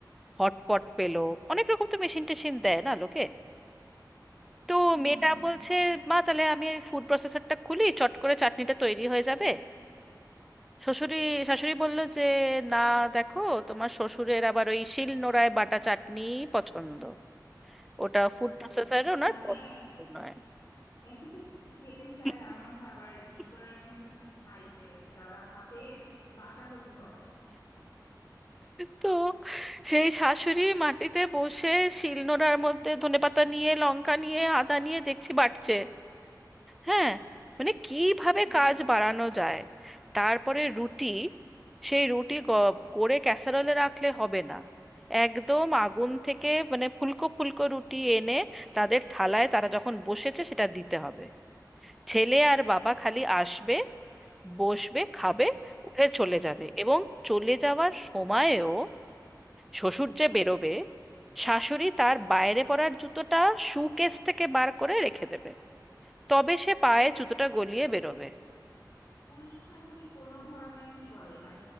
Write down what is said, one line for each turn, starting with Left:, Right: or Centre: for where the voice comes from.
Centre: হটপট পেলো অনেক রকম তো মেশিন টেশিন দেয় না লোকে তো
Left: হুম
Centre: মেয়েটা
Left: হুম
Centre: বলছে মা তাহলে আমি ওই ফুড প্রসেসরটা খুলি চট করে চাটনিটা তৈরি হয়ে যাবে শ্বশুরি শাশুড়ি বলল যে না দেখো তোমার শ্বশুরের আবার ওই শিল নোড়ায় বাটা চাটনি পছন্দ ওটা ফুড
Left: আল্লাহ
Centre: প্রসেসরে ওনার
Left: মানে
Centre: পছন্দ নয়
Left: একই তো খেতে চায়
Centre: <laughs>
Left: তার মধ্যে আবার রিকোয়ারমেন্ট হচ্ছে হাই যে সেটা আবার হাতে বাটা হতে হবে
Centre: তো সেই শাশুড়ি মাটিতে বসে শিলনোড়ার মধ্যে ধনেপাতা নিয়ে লঙ্কা নিয়ে আদা নিয়ে দেখছি বাটছে হ্যাঁ মানে কিভাবে
Left: হুম
Centre: কাজ বাড়ানো যায় তারপরে রুটি সেই রুটি গ- করে ক্যাসারোলে রাখলে হবে না একদম আগুন থেকে মানে ফুলকো ফুলকো রুটি এনে তাদের থালায় তারা যখন বসেছে সেটা দিতে হবে ছেলে আর বাবা খালি আসবে বসবে খাবে উঠে চলে যাবে এবং চলে যাওয়ার সময়েও শ্বশুর যে বেরোবে শাশুড়ি তার বাইরে পরার জুতোটা শু কেস থেকে বার করে রেখে দেবে তবে সে পায়ে জুতোটা গলিয়ে বেরোবে
Left: ওইখানে কি কোনো ধরনের কি বলে মানে